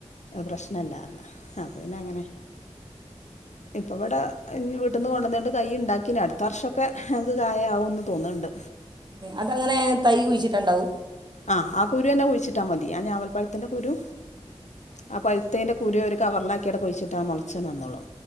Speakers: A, on the left; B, on the right.
A: പ്രശ്നല്ലാ അത് പിന്നെ അങ്ങനെ ഇപ്പ ഇവിടെ വീട്ടീന്ന് കൊണ്ടുവന്നിട്ട് തൈ ഉണ്ടാക്കീന് അടുത്ത വർഷൊക്കെ ഞങ്ങക്ക് കായ ആവുംന്ന് തോന്ന്ണ്ണ്ട്
B: അതങ്ങനെ തൈ കുഴിച്ചിട്ടാ ണ്ടാവും
A: ആഹ് ആ കുരു തന്നെ കുഴിച്ചിട്ടാ മതി ആ ഞാവൽപ്പഴത്തിന്റെ കുരു ആ പഴുത്തേന്റെ കുരു ഒരു കവറിലാക്കിയിടെ കുഴിച്ചിട്ടാ മുളച്ചെന്നെ വന്നോളു